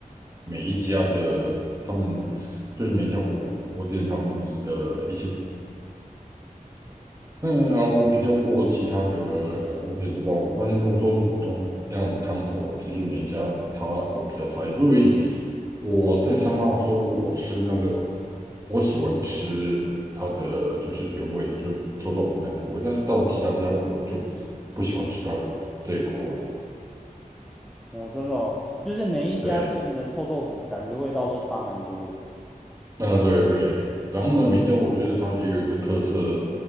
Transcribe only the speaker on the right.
每一家的他们的，就是每一家火火锅店他们的一些。那啊，我比较过其他的火锅店的话，我发现都说同样的汤头，就是每一家它有比较差异，所以我在香港说我吃那个，我喜欢吃它的就是原味，就臭豆腐那口味，但是到了其他家我就不喜欢吃它的这个口味了。
对，
啊、对对，然后呢，梅一家我觉得它也有一个特色，